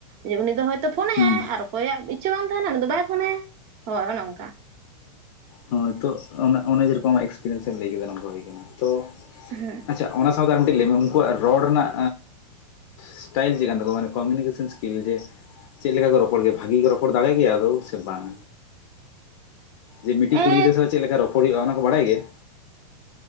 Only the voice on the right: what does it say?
ᱡᱮ ᱩᱱᱤ ᱫᱚ ᱦᱚᱭᱛᱚ ᱯᱷᱳᱱᱟ
ᱟᱨ ᱚᱠᱚᱭᱟᱜ ᱤᱪᱪᱷᱟᱹ ᱵᱟᱝ ᱛᱟᱦᱮᱱᱟ ᱩᱱᱤ ᱫᱚ ᱵᱟᱭ ᱯᱷᱳᱱᱟᱭᱟ ᱦᱚᱭ ᱚᱱᱮ ᱚᱱᱠᱟ
ᱦᱩᱸ
ᱮ